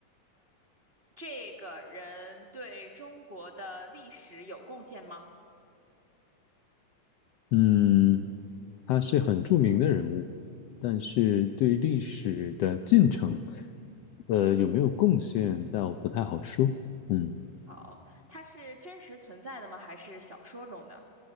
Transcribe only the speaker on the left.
嗯，他是很著名的人物，但是对历史的进程，呃，有没有贡献倒不太好说。嗯，